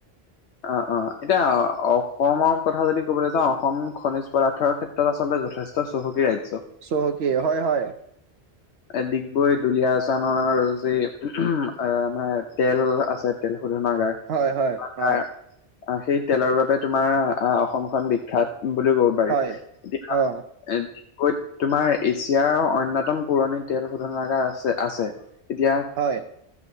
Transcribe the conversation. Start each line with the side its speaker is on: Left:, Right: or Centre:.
Left: অ', অ', এতিয়া অসমৰ কথা যদি ক'বলে যাওঁ অসম খনিজ পদাৰ্থৰ ক্ষেত ত্ৰত আচলতে যথেষ্ট চহকী ৰাজ্য।
Right: চহকী হয়- হয়।
Left: এ ডিগবৈ, দুলিয়াজান ৰ যে <unintelligible> তেল আছে তেল শোধনাগাৰ
Right: হয় হয়
Left: <unintelligible>
Right: অ
Left: সেই তেলৰ বাবে তোমাৰ আহ, অসমখন বিখ্যাত বুলি ক'ব পাৰি
Right: হয়
Left: <unintelligible> ডিগবৈত
Right: অ
Left: তোমাৰ এছিয়াৰ অন্যতম পুৰণি তেল শোধনাগাৰ আছে -আছে এতিয়া
Right: হয়।